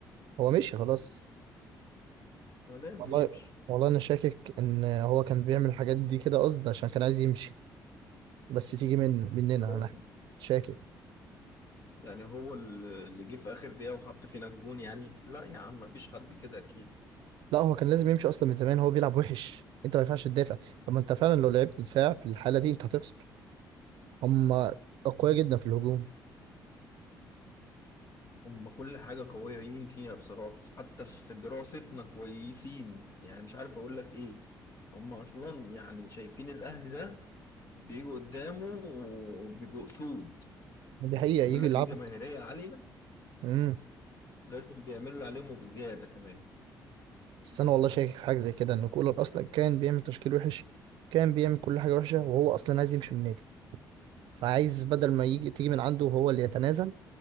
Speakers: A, on the right; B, on the left.
A: هو مشي خلاص
B: هو لازم
A: والله
B: يمشي
A: والله انا شاكك ان هو كان بيعمل الحاجات دي كده قصد عشان كان عايز يمشي بس تيجي من مننا
B: برافو.
A: انا شاكك
B: يعني هو اللي اللي جه في اخر دقيقة وحط فينا الجون يعني لا يا عم مفيش حد كده اكيد
A: لا هو كان لازم يمشي اصلا من زمان هو بيلعب وحش انت ما ينفعش تدافع طب ما انت فعلا لو لعبت دفاع في الحاله دي انت هتخسر هم اقوياء جدا في الهجوم
B: هم كل حاجة قويين فيها بصراحة حتى في دراستنا كويسين يعني مش عارف أقول لك إيه هم أصلا يعني شايفين الأهلي ده بيجوا قدامه وبيبقوا أسود
A: دي حقيقه يجي
B: يقول لك
A: يلعبوا
B: ليه جماهيرية عالية
A: امم
B: لازم بيعملوا اللي عليهم وبزيادة كمان
A: بس انا والله شاكك في حاجه زي كده ان كولر اصلا كان بيعمل تشكيل وحش كان بيعمل كل حاجه وحشه وهو اصلا عايز يمشي من النادي فعايز بدل ما يجي تيجي من عنده وهو اللي يتنازل